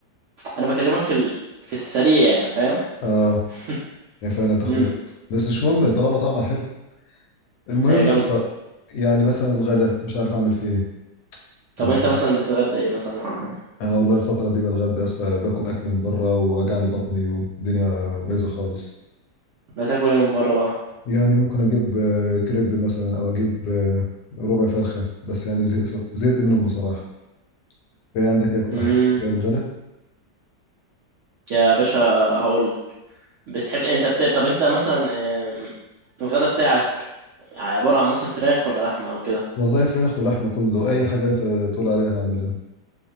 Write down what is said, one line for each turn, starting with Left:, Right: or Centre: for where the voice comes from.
Right: أنا بكلمك في ال... في السريع فاهم
Left: اه
Right: <laughs>
Left: هي فعلا تاخد
Right: امم
Left: وقت بس مش مهم طالما طعمها حلو المهم
Right: هي جامدة
Left: يا اسطى يعني مثلا الغدا مش عارف اعمل فيه
Right: طب
Left: ايه
Right: أنت مثلا بتتغدى إيه مثلا
Left: انا والله الفتره دي بتغدى يا اسطى باكل اكل من بره ووجع لي بطني والدنيا بايظه خالص
Right: بتاكل إيه من بره بقى
Left: يعني ممكن اجيب آه، كريب مثلا او اجيب آه، ربع فرخه بس يعني زهقت زهقت منهم بصراحه في عندك ايه اقتراحات
Right: امم
Left: للغدا
Right: يا باشا هقول بتحب انت بتحب طب انت مثلا آم، الغدا بتاعك عبارة عن مثلا فراخ ولا لحمة او كده
Left: والله فراخ ولحمه كله اي حاجه انت تقول عليها اعملها